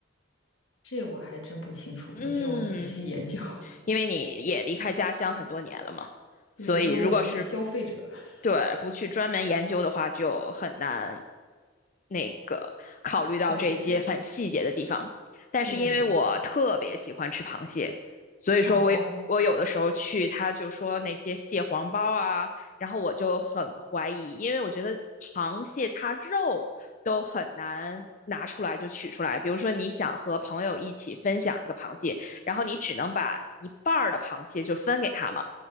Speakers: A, on the left; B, on the left.
A: 这我还真不清楚，
B: 嗯。
A: 没有仔细研究。
B: 因为你也离开家乡很多年了嘛，
A: <laughs> 对，
B: 所以如果是
A: 因为我们是消费者。<laughs>
B: 对不去专门研究的话，就很难那个考虑到这些很细节的地方。
A: 对对对
B: 但是因为我特别喜欢吃螃蟹，
A: 对对对。
B: 所以说我有我有的时候去，
A: 哦，
B: 他就说那些蟹黄包啊，然后我就很怀疑，因为我觉得螃蟹它肉都很难拿出来就取出来。比如说你想和朋友一起分享一个螃蟹，然后你只能把一半儿的螃蟹就分给他嘛。